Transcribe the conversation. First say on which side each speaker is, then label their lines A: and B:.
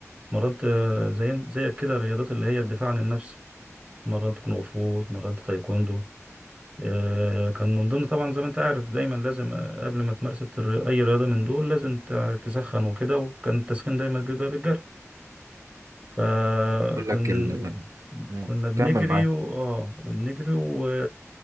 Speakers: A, on the right; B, on the right.
A: مرنت آه، زي زيك كده رياضات اللي هي الدفاع عن النفس مرنت كونغ فو مرنت تايكوندو آه، كان من ضمن طبعا زي ما انت عارف دايما لازم آه، قبل ما تمارس الر- اي رياضه من دول لازم تع- تسخن وكده وكان التسخين دايما بيبقى بالجري فكنا
B: اقول لك ال... مم.
A: كنا بنجري
B: كمل معاك
A: و... اه بنجري و...